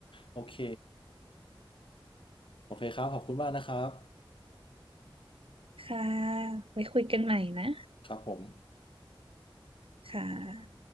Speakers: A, on the left (about 70°); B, on the right (about 85°).
A: โอเคโอเคครับขอบคุณมากนะครับ
B: ค่ะไว้คุยกันใหม่นะ
A: ครับผม
B: ค่ะ